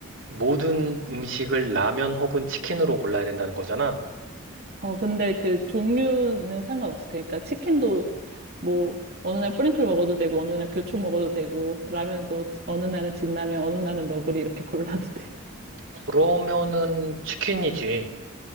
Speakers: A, on the right; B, on the right.
A: 모든 음식을 라면 혹은 치킨으로 골라야 된다는 거잖아.
B: 어, 근데 그 종류는 상관없어. 그러니까 치킨도 뭐 어느 날 뿌링클 먹어도 되고 어느 날 교촌 먹어도 되고 라면도 어느 날은 진라면 어느 날은 너구리 이렇게 골라도 돼.
A: 그러면은 치킨이지.